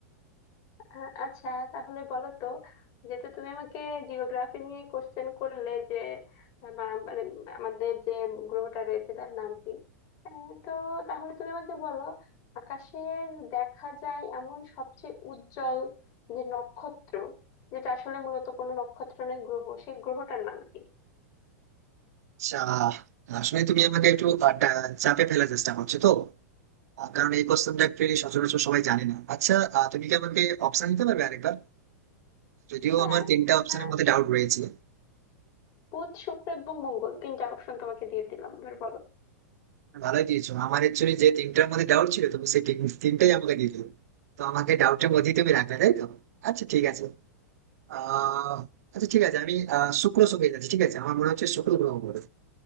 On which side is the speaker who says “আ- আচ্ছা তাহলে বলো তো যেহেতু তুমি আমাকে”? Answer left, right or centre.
Left